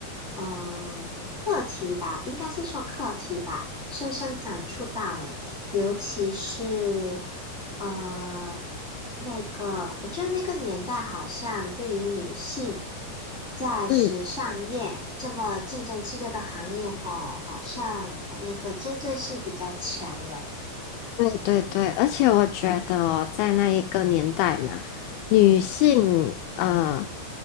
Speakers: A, in the centre; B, on the left.
A: 嗯，课题吧，应该是说课题吧，深深感触到。诶，尤其是呃那个，我觉得那个年代好像对于女性在时尚业这么竞争激烈的行业，
B: 嗯。
A: 吼，好像那个针对性比较强了。
B: 对对对，而且我觉得哦在那一个年代嘛，女性呃，